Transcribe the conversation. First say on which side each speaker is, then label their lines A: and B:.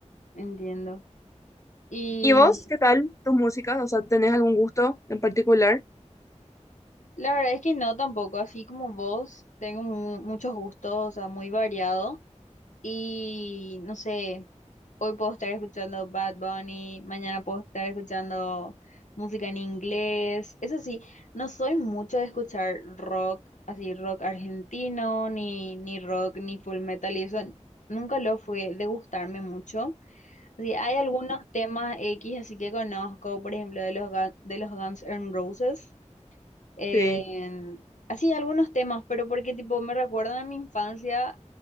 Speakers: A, on the left; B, on the left.
A: entiendo. Y
B: ¿Y vos, qué tal tus músicas? O sea, ¿tenés algún gusto en particular?
A: la verdad es que no tampoco, así como vos, tengo mu- muchos gustos, o sea, muy variado. Y no sé, hoy puedo estar escuchando Bad Bunny, mañana puedo estar escuchando música en inglés. Eso sí, no soy mucho de escuchar rock, así rock argentino, ni, ni rock, ni full metal, y eso nunca lo fue de gustarme mucho. Así, hay algunos temas X así que conozco, por ejemplo, de los, Gu- de los Guns N' Roses en-
B: Sí,
A: así algunos temas, pero porque tipo me recuerdan a mi infancia